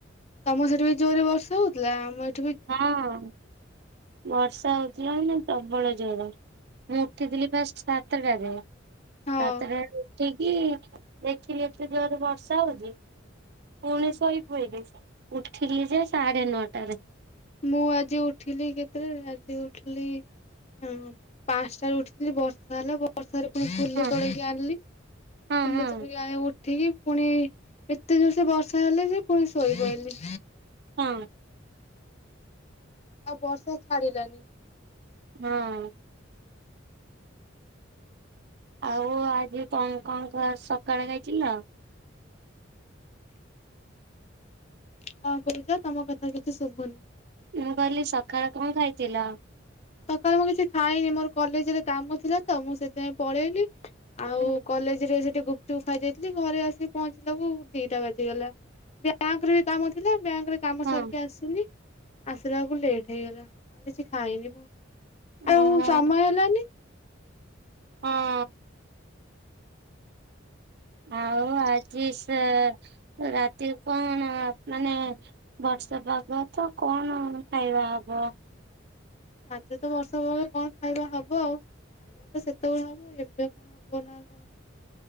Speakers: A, on the left; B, on the right.
A: ତମକୁ ସେଠି ବି ଜୋରରେ ବର୍ଷା ହଉଥିଲା ଆମର
B: ହଁ-ଅ-ଅ। ବର୍ଷା ହଉଥିଲା ନା ପ୍ରବଳ ଜୋରେ ମୁଁ ଉଠିଥିଲି ଫାଷ୍ଟ ସାତଟାରେ। ସାତଟା
A: ହଁ
B: ରୁ ଉଠିକି ଦେଖିଲି ଏତେ ଜୋରରେ ବର୍ଷା ହଉଛି। ପୁଣି ଶୋଇପଇଲି ଉଠିଲି ଯେ ସାଢେ ନଅଟାରେ।
A: ମୁଁ ଆଜି ଉଠିଲି କେତେବେଳେ ଆଜି ଉଠିଲି ଉ-ଉ ପାଞ୍ଚଟାରେ ଉଠିଥିଲି ବର୍ଷା ହେଲା ବ ବର୍ଷାରେ ପୁଣି ଫୁଲ
B: ହଁ
A: ତୋଳିକି ଆଣିଲି।
B: ହଁ
A: ଫୁଲ
B: ହଁ
A: ତୋଳିକି ଆଣି ଉଠିକି ପୁଣି ଏତେ ଜୋରସେ ବର୍ଷା ହେଲା ଯେ ପୁଣି ଶୋଇପଇଲି।
B: ହଁ।
A: ଆଉ ବର୍ଷା ଛାଡିଲାନି।
B: ହଁ। ଆଉ ଆଜି କଣ କଣ କଣ ସକାଳେ ଖାଇଥିଲ?
A: କଣ କହୁଛ ତମ କଥା କିଛି ଶୁଭୁନି?
B: ମୁଁ କହିଲି ସକାଳେ କଣ ଖାଇଥିଲ?
A: ସକାଳୁ ମୁଁ କିଛି ଖାଇନି ମୋର କଲେଜରେ କାମ ଥିଲା ତ ମୁଁ ସେଥିପାଇଁ ପଳେଇଲି।
B: ହୁଁ।
A: କଲେଜ ରେ ସେଠି ଗୁପଚୁପ୍ ଖାଇ ଦେଇଥିଲି ଘରେ ଆସିିକି ପହଞ୍ଚିଲା କୁ ଦିଟା ବାଜିଗଲା। ବ୍ୟାଙ୍କରେ ବି କାମ ଥିଲା ବ୍ୟାଙ୍କ ରେ କାମ
B: ହଁ
A: ସାରିକି ଆସିଲି ଆସିଲା ବେଳକୁ ଲେଟ୍ ହେଇଗଲା ଆଉ କିଛି ଖାଇନି ମୁଁ। ଆଉ
B: ଓହୋ
A: ସମୟ ହେଲାନି।
B: ହଁ ଆଉ ଆ ଜି ସାର୍ ରାତି କଣ ମାନେ ବର୍ଷ ପାଗ ତ କଣ ଖାଇବା ହବ?
A: ଆଜି ତ ବର୍ଷା ପାଗ କଣ ଖାଇବା ହବ ଆଉ? ଖାଇବା ତ ସେତେବେଳେକୁ ଏବେ କଣ ହବ ନା କଣ?